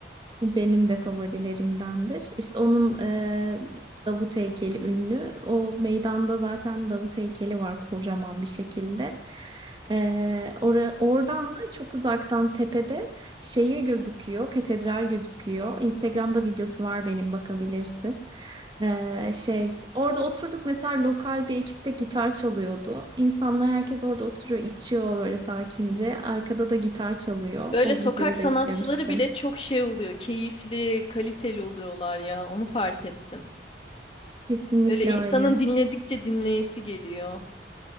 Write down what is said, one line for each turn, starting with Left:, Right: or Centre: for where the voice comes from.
Right: Benim de favorilerimdendir. İşte onun e, Davut heykeli ünlü. O meydanda zaten Davut heykeli var kocaman bir şekilde. E, ora- oradan da çok uzaktan tepede şehir gözüküyor, katedral gözüküyor. Instagram'da videosu var benim bakabilirsin. E, şey, orada oturduk mesela lokal bir ekipte gitar çalıyordu. İnsanlar herkes orada oturuyor, içiyor böyle sakince. Arkada da gitar çalıyor.
Left: Böyle
Right: O
Left: sokak
Right: videoyu
Left: sanatçıları
Right: da yüklemiştim.
Left: bile çok şey oluyor. Keyifli, kaliteli oluyorlar ya. Onu fark ettim.
Right: Kesinlikle
Left: Böyle insanın
Right: öyle.
Left: dinledikçe dinleyesi geliyor.